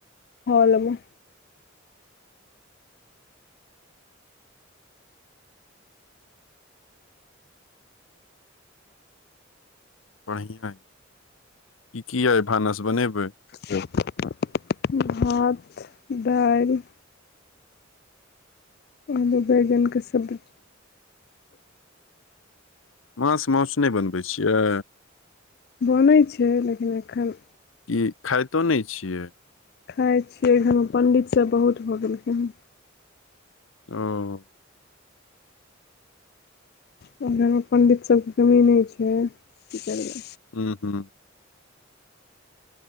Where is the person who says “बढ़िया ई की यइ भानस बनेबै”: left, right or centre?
Left